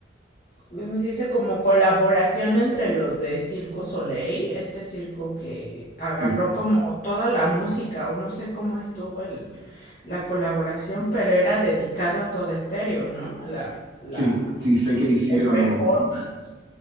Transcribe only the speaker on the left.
¿cómo se dice? Como colaboración entre los de Circo Soleil, este circo que agarró
como toda la música, o no sé cómo estuvo el, la colaboración, pero era dedicado a Soda Stereo, ¿no? La, la,
el performance.